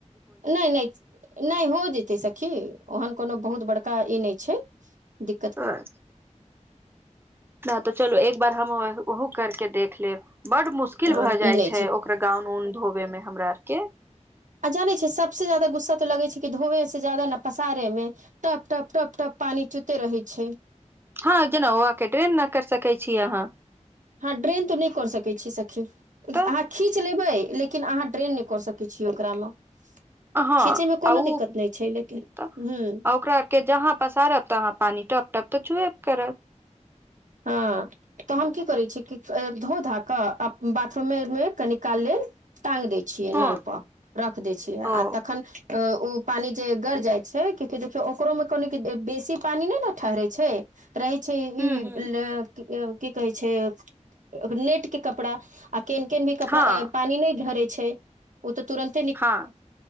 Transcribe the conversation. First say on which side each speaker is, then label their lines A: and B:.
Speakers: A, on the right; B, on the right.
A: ने - ने - ने हो जेतै सखी। ओहन कोनो बहुत बड़का ई ने छैय दिक्कत।
B: <unintelligible> ना तऽ चलो एक बार हम ओहो करके देख लेब बड मुश मुश्किल
A: हँ
B: भऽ
A: ई
B: जाइ
A: नहि
B: छै ओकर गाउन ऊन धोवे में हमरा और के।
A: आ जाने छैै सबसे ज्यादा गुस्सा त लगे छै कि धोवे से जायदा पसारे में। टप- टप- टप -टप पानी चुते रहै छैय।
B: हाँ जेना ओआ के ड्रेन न कर सकै छीं अहाँ।
A: हाँ ड्रेन तो ने कर सकै छीं सखी। अहाँ
B: तऽ
A: खींच लेबै लेकिन अहाँ ड्रेन नै कऽ सकै छीयै ओकरा म।
B: हँ
A: खींचैमें कोनो
B: आ उ
A: दिक्कत ने छै लेकिन
B: तऽ
A: हूँ।
B: ओकरा आर के जहाँ पसारत तहा पानी टप -टप तऽ चुबे करत।
A: हाँ। तऽ हम की करे छीं कि ए धो -धा कऽ बाथरूमें में कनि काल लेल टाँग दय छि छियै
B: हँ
A: नल पर रख दै छियै आ
B: ओ
A: तखन तऽ उ पानी जे गर जाइ छैय क्योंकि देखियों ओकरो में कनि बेसी पानी ने न ठहरे छैय। रहे छै हिब।
B: हूँ हूँ
A: दै ऐं की कहै छै ओकर नेट के कपड़ा आ केन -केन भी कपड़ा
B: हँ
A: पानी ने धरे छैय ओ तऽ तुरन्त
B: हाँ